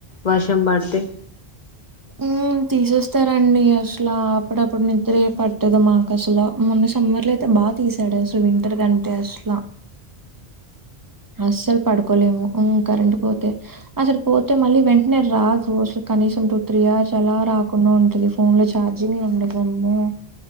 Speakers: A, on the left; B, on the right.
A: వర్షం పడితే
B: మ్ తీసేస్తరండి అసలు అప్పుడప్పుడ్ ని దురే పట్టదు మాకు అసలు మొన్న సమ్మర్ లో అయితే బాగా తీసాడు అసలు వింటర్ కంటే అసలు
A: ఓ
B: అస్సలు పడుకోలేము మ్ కరెంట్ పోతే అసలు పోతే మళ్ళీ వెంటనే రాదు అసలు కనీసం టు త్రీ ఆవర్స్ అలా రాకుండా ఉంటది ఫోన్ లో ఛార్జింగ్ ఉండదమ్మో